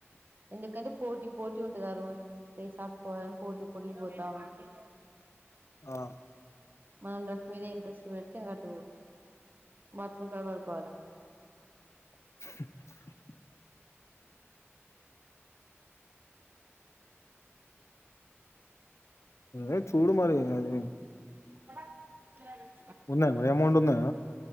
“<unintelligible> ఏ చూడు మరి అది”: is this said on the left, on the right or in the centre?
Left